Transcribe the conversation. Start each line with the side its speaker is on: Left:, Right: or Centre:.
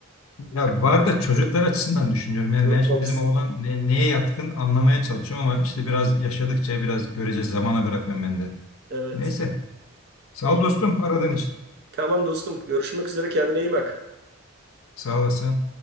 Left: Ya var da çocuklar
Right: Unut-
Left: açısından düşünüyorum. Yani
Right: Unutmamışsın.
Left: ben şimdi bizim oğlan ne- neye yatkın anlamaya çalışıyorum ama işte biraz yaşadıkça biraz göreceğiz. Zamana bırakıyorum ben de.
Right: Evet.
Left: Neyse. Sağ
Right: İyi.
Left: ol dostum aradığın için.
Right: Tamam dostum, görüşmek üzere kendine iyi bak.
Left: Sağ olasın.